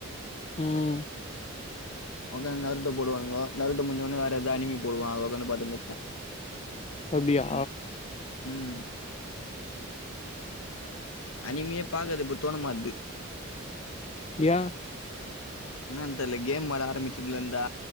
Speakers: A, on the left; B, on the left.
A: ம்
B: ஒக்காந் நருட்ட போடுவானுங்க நருட்ட முஞ்ச ஒன்னே வேற எது அனிமி போடுவான் அத ஒக்காந்து பாத்துன்னுருப்ப
A: அப்டியா
B: ம் அனிமியே பாக்கது இப்போ தோண மாட்து
A: ஏன்
B: என்னான் தெரில கேம் வெளா ஆரமிச்சதுலந்தா